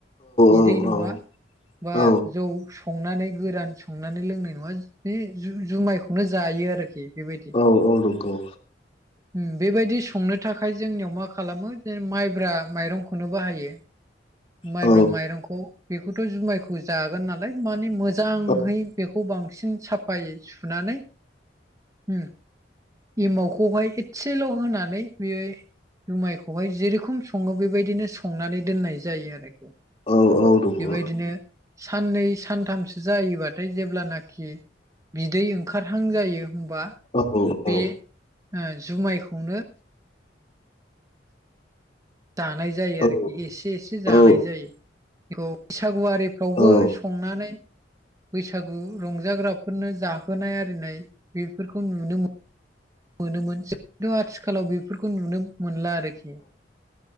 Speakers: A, on the right; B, on the left.
A: बिदै
B: औ
A: नङा
B: औ
A: बा
B: औ
A: जौ संनानै गोरान संनानै लोंनाय नङा बे जुमाय नो जायो आरोखि बेबायदि
B: औ औ नंगौ
A: उम बेबायदि संनो थाखाय जोंनियाव मा खालामो जे माइब्रा माइरंखौनो बाहायो माइब्रा
B: औ
A: माइरंखौ बेखौथ' जुमायखौ जागोन नालाय मानि मोजाङै
B: औ
A: बेखौ बांसिन साफायै सुनानै उम एमावखौहाय एसेल' होनानै बे जुमायखौहाय जेरोखम सङो बेबायदिनो संनानै दोननाय जायो जायो आरोखि
B: औ नंगौ
A: बेबायदिनो साननै सानथामसो जायोबाथाय जेब्लानाखि बिदै ओंखारहां जायो होनबा
B: औ औ औ
A: बे जुमायखौनो जानाय जायो
B: औ
A: आरोखि एसे एसे जानाय
B: औ
A: जायो बे बैसागुवारिफ्रावबो
B: औ औ
A: संनानै बैसागु रंजाग्राफोरनो जाहोनाय आरिनाय बेफोरखौ नुनो मोनो मोनोमोन जिन्थु आथिखालाव बेफोरखौ नुनो मोनला आरोखि